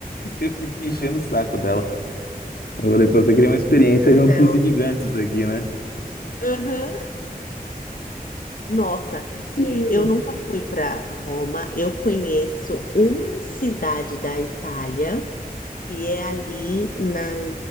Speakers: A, on the left (about 80°); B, on the left (about 65°).
A: <laughs> Fiquei enchendo o saco dela. Eu falei, pô, você queria uma experiência
B: Esse hotel.
A: junto com os imigrantes aqui, né?
B: Aham. Nossa,
A: Sim.
B: é, eu nunca fui para Roma. Eu conheço uma cidade da Itália que é ali na